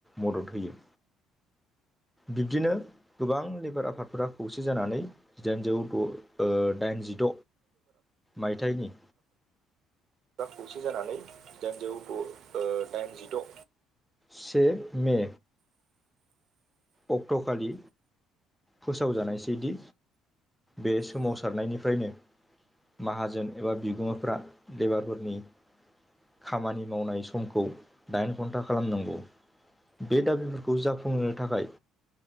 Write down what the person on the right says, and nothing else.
खौसे जानानै जिदाइनजौ दाइनजिद',